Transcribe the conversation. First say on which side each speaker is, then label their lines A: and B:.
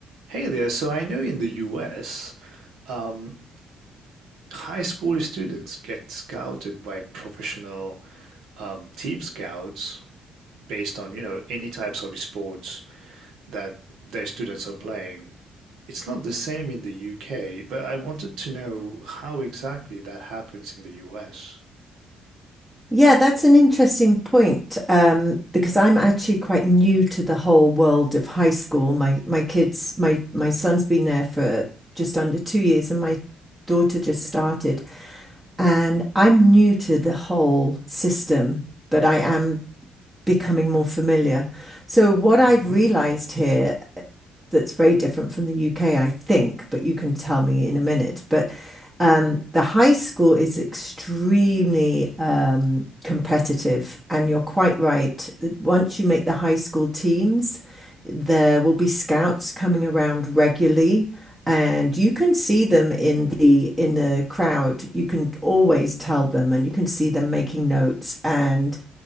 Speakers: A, on the right; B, on the right.
A: Hey there. So I know in the US, um, high school students get scouted by professional um, team scouts based on, you know, any types of sports that their students are playing. It's not the same in the UK, but I wanted to know how exactly that happens in the US.
B: Yeah, that's an interesting point um, because I'm actually quite new to the whole world of high school. My my kids, my my son's been there for just under two years, and my daughter just started. And I'm new to the whole system, but I am becoming more familiar. So, what I've
A: hmm
B: realized here uh, that's very different from the UK, I think, but you can tell me in a minute. But um, the high school is extremely um, competitive, and you're quite right. Once you make the high school teams, there will be scouts coming around regularly. And you can see them in the in the crowd. You can always tell them, and you can see them making notes. And